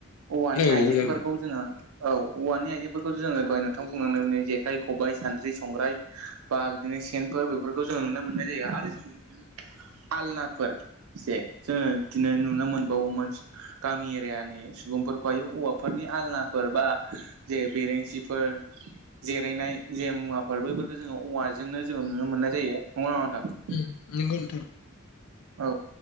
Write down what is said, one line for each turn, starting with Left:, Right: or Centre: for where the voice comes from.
Right: औवानि
Left: औ औ
Right: आइजेंफोरखौ
Left: जागोन
Right: जोंङो औ औवानि आइजेंफोरखौ जोङो दहाय नोंथांखौ बुंलांनाय <unintelligible> जेखाइ खबाइ सानद्रि संग्राइ बा बिदिनो सेनफोर बेफोरखौ जोङो नुनो मोननाय जायो आरो जोङो बिदिनो आलनाफोर जे जोङो बिदिनो नुनो मोनबावोमोन गामि एरियानि सुबुंफोरखौहायो औवाफोरनि आलनाफोर बा जे बेरेंसिफोर जिरायनाय जे मुवाफोर बैफोरखौ जोङो औवाजोंनो जोङो नुनो मोननाय जायो नंगौना नङा नोंथां?
Left: उम नंगौ नोंथां।
Right: औ